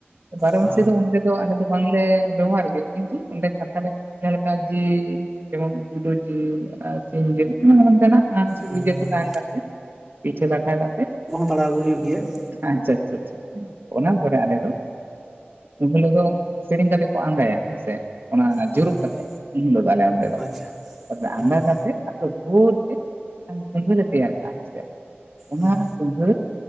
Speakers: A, on the right; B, in the centre.
A: ᱵᱟᱨᱚ
B: ᱚ
A: ᱢᱟᱹᱥᱤᱭᱟᱹ ᱫᱚ ᱩᱱᱼᱼ ᱛᱚ ᱟᱞᱮ ᱫᱚ ᱵᱟᱝᱞᱮ ᱵᱮᱣᱦᱟᱨ ᱜᱮᱭᱟ ᱠᱤᱱᱛᱩ ᱚᱸᱰᱮ ᱠᱟᱛᱷᱟ ᱞᱮᱼᱼ ᱡᱟᱦᱟᱸ ᱞᱮᱠᱟ ᱡᱤᱞ ᱡᱮᱢᱚᱱ ᱜᱩᱰᱩ ᱡᱤᱞ ᱟᱨ ᱥᱤᱢ ᱡᱤᱞ᱾ ᱮᱢᱚᱱ ᱮᱢᱚᱱ ᱛᱮᱱᱟᱜᱼᱼ ᱥᱩᱡᱨᱤ
B: ᱦᱩᱸ
A: ᱡᱤᱞ
B: ᱦᱩᱸ
A: ᱫᱚ ᱛᱟᱦᱮᱸᱱ ᱠᱟᱱ ᱜᱮᱭᱟ ᱯᱤᱴᱷᱟᱹ ᱞᱟᱴᱷᱟ ᱠᱟᱛᱮ ᱾
B: ᱯᱟᱲᱟᱣ ᱟᱜᱩ ᱦᱩᱭᱩᱜ ᱜᱮᱭᱟ ᱾
A: ᱟᱪᱪᱷᱟ ᱟᱪᱪᱷᱟ ᱪᱷᱟ ᱾ ᱚᱱᱟ ᱯᱚᱨᱮ ᱟᱞᱮ ᱫᱚ ᱩᱱ ᱟ ᱦᱤᱞᱳᱜ ᱫᱚ ᱥᱮᱨᱮᱧ ᱠᱟᱛᱮᱜ ᱠᱚ ᱟᱸᱜᱟᱭᱟ ᱦᱮᱸᱥᱮ᱾ ᱚᱱᱟ
B: ᱦᱚᱸ
A: ᱡᱩᱨᱩᱜ ᱠᱟᱛᱮᱫ ᱩᱱ ᱦᱤᱞᱳᱜ ᱫᱚ ᱟᱞᱮ ᱚᱸᱰᱮ ᱫᱚ
B: ᱟᱪᱪᱷᱟ
A: ᱾ ᱛᱚᱵᱮ
B: ᱦᱩᱸ
A: ᱟᱸᱜᱟ ᱠᱟᱛᱮᱫᱼᱼ ᱵᱷᱳᱨ ᱛᱮ ᱢᱮᱫᱴᱟᱝ ᱠᱩᱸᱵᱟᱹ ᱞᱮ ᱛᱮᱭᱟᱨ ᱠᱟᱜ-ᱟ ᱦᱮᱸᱥᱮ, ᱚᱱᱟ
B: ᱦᱩᱸ
A: ᱠᱩᱸᱵᱟᱹ